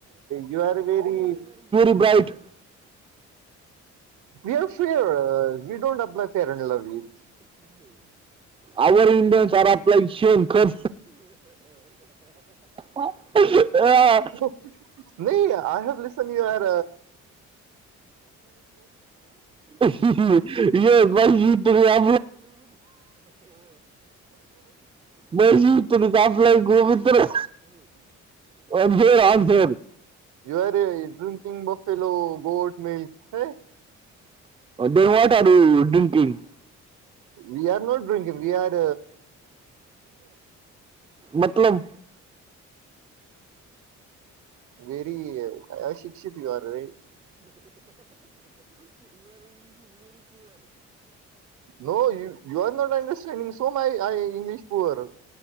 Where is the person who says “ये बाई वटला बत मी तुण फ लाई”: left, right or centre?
Right